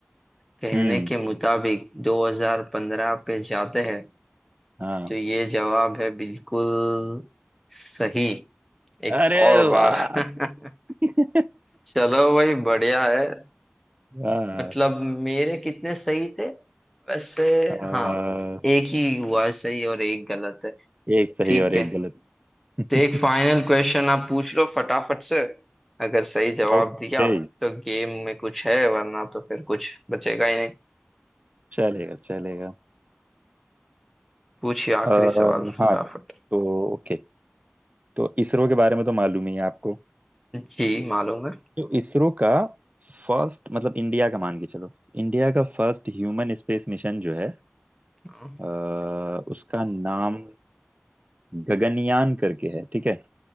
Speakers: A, in the centre; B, on the right.
A: कहने
B: हम्म
A: के मुताबिक 2015 पे जाते हैं
B: हाँ
A: तो ये जवाब है बिल्कुल सही एक
B: अरे
A: और
B: वाह
A: बार <laughs>
B: <laughs>
A: चलो भाई बढ़िया है
B: हाँ,
A: मतलब मेरे कितने सही थे वैसे
B: हाँ,
A: हाँ एक ही हुआ है सही और एक गलत है
B: एक सही
A: ठीक
B: और एक
A: है
B: गलत <laughs>
A: तो एक फाइनल क्वेश्चन आप पूछ लो फटाफट से अगर सही जवाब
B: ओके
A: दिया तो गेम में कुछ है वरना तो फिर कुछ बचेगा ही नहीं
B: चलेगा चलेगा
A: पूछिए आखिरी
B: आ,
A: सवाल फटाफट
B: हाँ तो तो ओके तो इसरो के बारे में तो मालूम ही है आपको
A: जी मालूम है
B: तो इसरो का फर्स्ट मतलब इंडिया का मान के चलो इंडिया का फर्स्ट ह्यूमन स्पेस मिशन जो है
A: हाँ,
B: अ, उसका नाम गगनयान करके है ठीक है